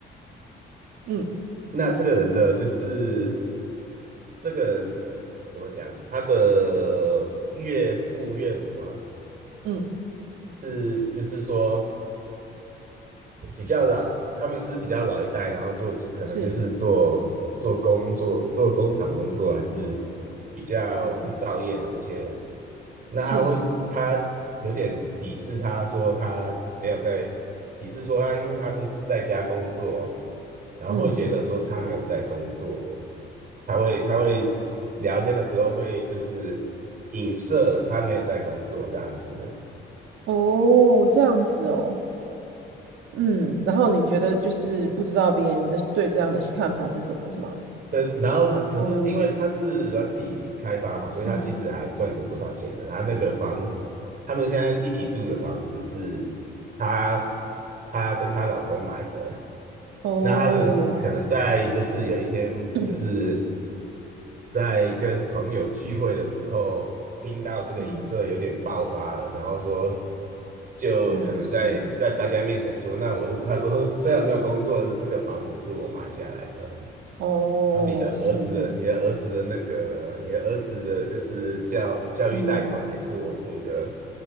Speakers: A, on the right; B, on the right.
A: 嗯
B: 那这个人的就是这个人怎么讲，他的岳父岳母吗？
A: 嗯，
B: 是就是说。比较老，他们是比较老一代，然后做可能就是做做工做做工厂工作，
A: 是，
B: 还是比较制造业的那些人。
A: 嗯
B: 那他会他有点鄙视他说他没有在鄙视说他，
A: 是，
B: 因为他都是在家工作，然后会觉得说他没有在工作，
A: 嗯，
B: 他会他会聊天的时候会就是影射他没有在工作这样子的。
A: 哦，这样子哦，嗯，然后你觉得就是不知道别人的对这样的看法是什么，是吗？
B: 那然后他可是因为他是软体开发嘛，
A: 哦，
B: 所以他其实还赚了不少钱的。
A: 嗯，
B: 他那个房，他们现在一起住的房子是他他跟她老公买的。
A: 哦，
B: 那他的可能在就是有一天就是
A: <clears throat>
B: 在跟朋友聚会的时候，听到这个影射有点爆发了，
A: 嗯
B: 然后说就可能在在大家面前说，
A: 嗯，是，
B: 那我他说 <laughs> 虽然没有工作，这个房子是我买下来的。
A: 哦，
B: 然后你的儿子的，
A: 是是，
B: 你的儿子的那个，你的儿子的，就是教教育贷款也是我付的，
A: 嗯哼，